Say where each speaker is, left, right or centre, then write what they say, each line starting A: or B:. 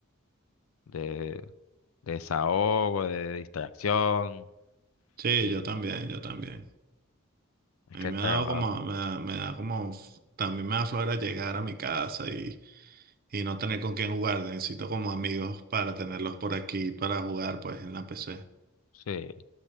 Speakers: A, on the left; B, on the right.
A: de, de desahogo, de distracción.
B: Sí,
A: Y
B: yo también, yo también.
A: es
B: A
A: que
B: mí
A: el
B: me
A: trabajo.
B: ha dado como, me da, me da como, f- también me da flojera llegar a mi casa y y no tener con quién jugar. Necesito como amigos para tenerlos por aquí para jugar pues en la PC.
A: Sí.